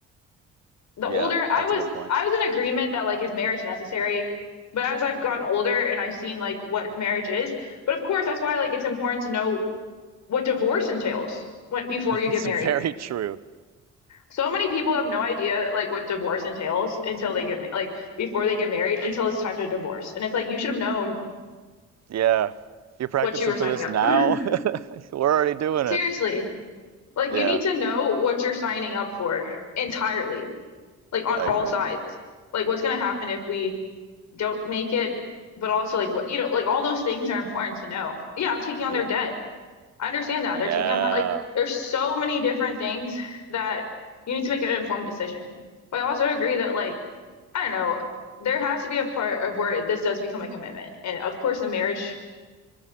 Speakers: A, on the left; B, on the right.
A: the
B: Yeah,
A: older I
B: that's
A: was
B: a good point.
A: I was in agreement that like is marriage necessary, but as I've gotten older and I've seen like what marriage is, but of course that's why like it's important to know what divorce entails when, before
B: <laughs> It's
A: you get married
B: very true.
A: So many people have no idea like what divorce entails until they get ma like before they get married until it's time to divorce. And it's like you should have known
B: Yeah. You're practicing
A: what you were
B: for
A: signing
B: this
A: up
B: now?
A: for.
B: <laughs> We're already
A: <laughs>
B: doing
A: <gasps> Seriously.
B: it.
A: Like
B: Yeah,
A: you need to know what you're signing up for entirely, like on
B: I
A: all
B: agree.
A: sides. Like what's going to happen if we don't make it, but also like what you know, like all those things are important to know. Yeah, I'm taking on
B: Yeah.
A: their debt. I understand that.
B: Yeah.
A: They're taking out my like there's so many different things that you need to make an informed decision. But I also agree that like I don't know, there has to be a part of where this does become a commitment. And of course the marriage